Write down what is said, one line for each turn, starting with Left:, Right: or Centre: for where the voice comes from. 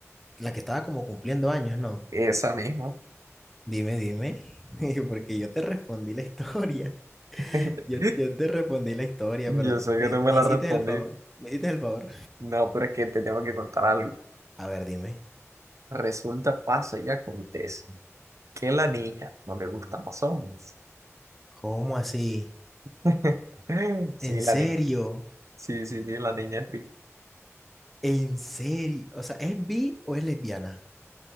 Centre: la que estaba como cumpliendo años, ¿no?
Right: Esa misma.
Centre: Dime, dime, <laughs> porque yo te respondí la historia.
Right: <laughs>
Centre: <laughs> Yo, yo te respondí la historia,
Right: Yo
Centre: pero
Right: sé
Centre: me,
Right: que tú
Centre: me
Right: me la
Centre: hiciste
Right: respondiste.
Centre: el favor, me hiciste el favor.
Right: No, pero es que te tengo que contar algo.
Centre: A ver, dime,
Right: Resulta, pasa y acontece. que la niña, no le gustan los hombres.
Centre: ¿cómo así?
Right: <laughs> Sí,
Centre: ¿En
Right: la
Centre: serio?
Right: niña. Sí, sí, sí, la niña. en fin.
Centre: En serio, o sea, ¿es bi o es lesbiana?